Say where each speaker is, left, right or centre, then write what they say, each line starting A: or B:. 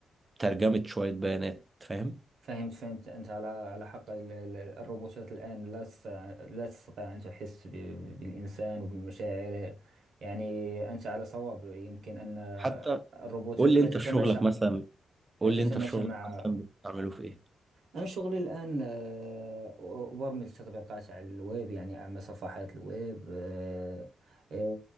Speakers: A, on the right; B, on the right.
A: ترجمة شوية بيانات فاهم
B: فهمت فهمت أنت على على حق ال- ال- الروبوتات الآن لا تستطيع لا تستطيع أن تحس ب- بالإنسان وبمشاعره يعني أنت على صواب يمكن أن
A: حتى
B: الروبوتات
A: قول لي
B: لا
A: أنت
B: تتماشى
A: في شغلك مثلا
B: لا
A: قول
B: تتماشى
A: لي أنت في شغلك
B: مع
A: مثلا بتستعمله في إيه
B: أنا شغلي الآن آه، أبرمج تطبيقات على الويب يعني أعمل صفحات الويب آه، آه،